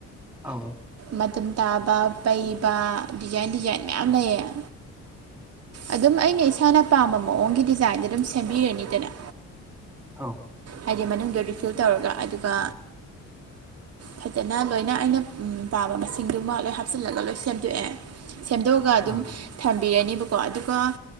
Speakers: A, in the centre; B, on the right.
A: ꯑꯧ
B: ꯃꯇꯨꯝ ꯇꯥꯕ ꯄꯩꯕ ꯗꯤꯖꯥꯏꯟ ꯗꯤꯖꯥꯏꯟ ꯃꯌꯥꯝ ꯂꯩꯔꯦ ꯑꯗꯨꯝ ꯑꯩꯅ ꯏꯁꯥꯅ ꯄꯥꯝꯕ ꯃꯑꯣꯡꯒꯤ ꯗꯤꯖꯥꯏꯟꯗ ꯑꯗꯨꯝ ꯁꯦꯝꯕꯤꯔꯅꯤꯗꯅ
A: ꯑꯧ
B: ꯍꯥꯏꯗꯤ ꯃꯅꯨꯡꯗꯗꯨ ꯑꯗꯨ ꯐꯤꯜ ꯇꯧꯔꯒ ꯑꯗꯨꯒ ꯐꯖꯅ ꯂꯣꯏꯅ ꯑꯩꯅ ꯄꯥꯝꯕ ꯃꯁꯤꯡꯗꯨꯃ ꯂꯣꯏ ꯍꯥꯞꯆꯤꯜꯂꯒ ꯂꯣꯏ ꯁꯦꯝꯗꯣꯛꯑꯦ ꯁꯦꯝꯗꯣꯛꯑꯒ ꯑꯗꯨꯝ
A: ꯑꯥ
B: ꯊꯝ ꯄꯕꯤꯔꯅꯦꯕꯀꯣ ꯑꯗꯨꯒ